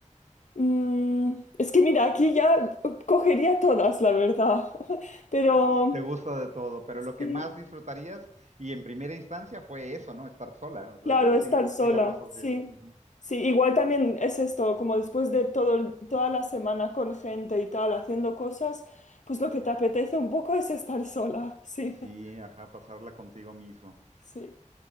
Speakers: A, on the left; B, on the right.
A: Mm, es que mira, aquí ya cogería todas, la verdad. <laughs> Pero
B: Te gusta de todo, pero
A: sí,
B: lo que más disfrutarías y en primera instancia fue eso, ¿no? Estar sola, o sea,
A: claro, estar
B: sí,
A: sola,
B: sí la pasas
A: sí.
B: bien. Ujú.
A: Sí, igual también es esto, como después de todo, el- toda la semana con gente y tal, haciendo cosas, pues lo que te apetece un poco es estar sola, sí,
B: Sí,
A: <laughs>
B: ajá, pasarla contigo mismo.
A: sí.